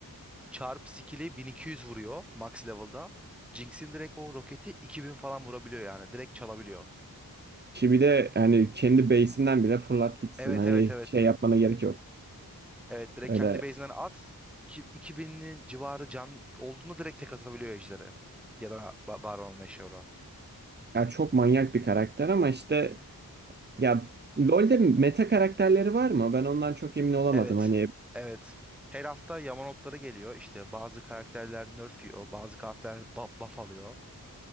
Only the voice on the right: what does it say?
Ki bir de hani kendi base'inden bile fırlat gitsin.
Hani
şey yapmana gerek yok.
Öyle
ya çok manyak bir karakter ama işte ya LoL'de meta karakterleri var mı? Ben ondan çok emin olamadım.
Hani